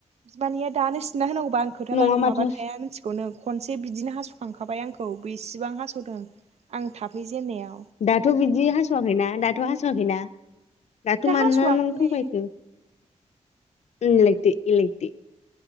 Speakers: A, on the right; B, on the left.
A: बिमानैआ दानो सिनना होनांगौबा आं खोथा
B: नङा माथो
A: माबानो हाया मिथिगौ नों। खनसे बिदिनो हास' खांखाबाय आंखौ बेसेबां हास'दों आं थाफै जेनन्नायाव।
B: दाथ' बिदि हास'वाखैना दाथ' हास'वाखैना? दाथ'
A: दा
B: मानो
A: हास'वाखै
B: नों थगायखो? एलायथो एलायथो।